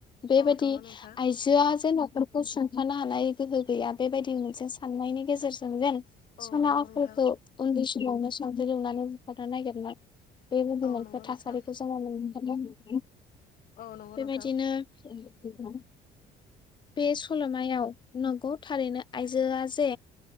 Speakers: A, on the left; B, on the left.
A: बेबायदि
B: औ नंगौ नोंथां
A: आइजोआ जेन न फोरखौ सुंथानो हानाय गोहो गैया बेबायदि मोनसे साननायनि गेजेरजों जेन
B: औ
A: सना
B: नंगौ
A: आखलखौ
B: नोंथां
A: उनदैसि सिगांवानो संख्रि दौनानै बुथारनो नागिरनाय बेबायदि
B: औ
A: मोनसे
B: नंगौ
A: थासारिखौ
B: नोंथां
A: जोङो मोनबोदों ।
B: औ नंगौ
A: बेबायदिनो
B: नोंथां
A: नोंथां । बे सलमायाव नोंगौ थारैनो आइजोआ जे